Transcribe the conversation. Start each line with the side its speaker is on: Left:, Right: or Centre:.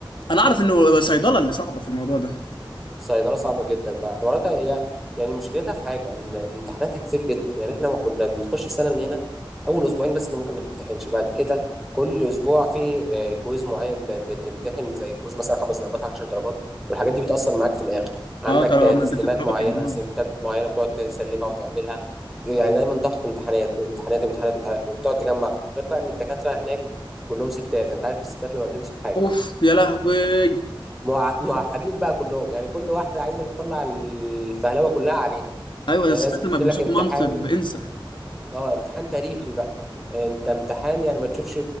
Left: أنا أعرف إنه صيدلة اللي صعبة في الموضوع ده
Centre: صيدلة صعبة جدا بقى حواراتها هي يعني مشكلتها في حاجة ان امتحاناتها كتير جدا يعني احنا ما كنا بنخش السنة من هنا اول اسبوعين بس اللي ممكن ما تمتحنش بعد كده كل اسبوع في آه، كويز معين ب- بتمتحن زي كويز مثلا خمس درجات عشر درجات والحاجات دي بتأثر معاك في الاخر عندك
Left: أه ترى
Centre: آه،
Left: ما
Centre: تسليمات
Left: أنت بتتراكم
Centre: معينة اسايمنتات
Left: أه.
Centre: معينة بتقعد تسلمها وتعملها يعني دايما ضغط امتحانات امتحانات امتحانات امتحانات وبتقعد تجمع غير بقى ان الدكاترة هناك كلهم ستات انت عارف الستات لما بتمسك حاجة
Left: أوف يا لهوي
Centre: مع... معقدين بقى كلهم يعني كل واحده عايزه تطلع الفهلوه كلها علينا
Left: أيوة
Centre: يعني
Left: ده الستات
Centre: لازم تحط
Left: لما بيمسكوا
Centre: لك امتحان
Left: منصب انسى
Centre: اه امتحان تاريخي بقى انت امتحان يعني ما تشوفش